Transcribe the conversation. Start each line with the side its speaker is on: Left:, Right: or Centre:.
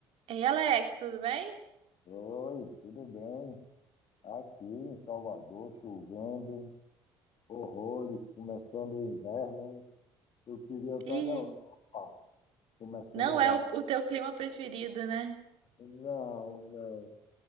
Right: Ei, Alex, tudo bem?
Left: Oi, tudo bem? Aqui em Salvador, chovendo, horrores, começando o inverno. Eu queria estar
Right: Ih,
Left: na Europa, começando
Right: não
Left: o verão.
Right: é o, o teu clima preferido, né?
Left: Não, não.